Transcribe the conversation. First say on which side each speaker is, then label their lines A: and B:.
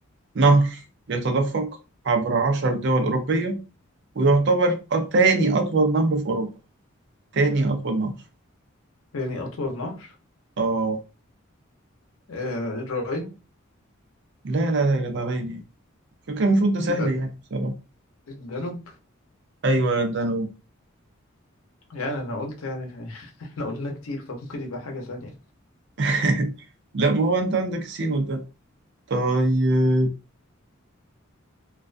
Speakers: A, on the right; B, on the left.
A: نهر يتدفق عبر عشر دول أوروبية ويعتبر أ- تاني أطول نهر في أوروبا تاني أطول نهر
B: تاني أطول نهر
A: اه
B: آه الراين
A: لا لا لا يا جدعان ايه كان المفروض ده
B: يبقى
A: سهل يعني بصراحة
B: الدانوب
A: أيوة الدانوب
B: يعني أنا قلت يعني <laughs> إحنا قلنا كتير فممكن يبقى حاجة تانية
A: <laughs> لا ما هو أنت عندك السين والدانوب طيب